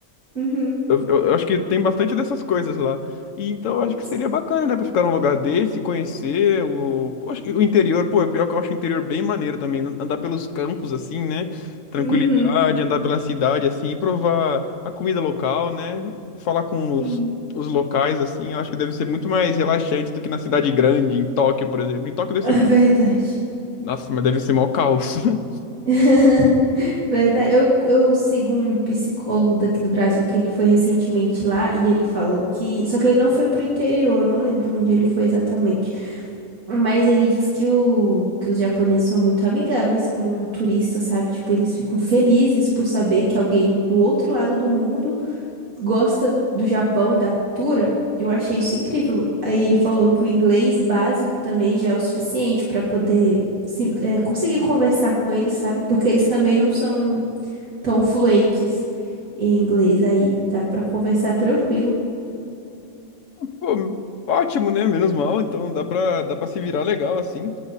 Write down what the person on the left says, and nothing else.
Eu, eu- eu acho que tem bastante dessas coisas lá. E então eu acho que
seria bacana, né, pra ficar num lugar desse, conhecer o, poxa, e o interior. Pô, é pior que eu acho o interior bem maneiro também. an- Andar pelos campos, assim, né? Tranquilidade,
andar pela cidade, assim, provar a comida local, né? Falar com
os, os locais, assim. Eu acho que deve ser muito mais relaxante do que na cidade grande, em Tóquio, por exemplo. Em Tóquio deve
ser. mu-
Nossa, mas deve ser mó caos. <laughs>
Pô, ótimo, né? Menos mal. Então dá pra, dá pra se virar legal, assim.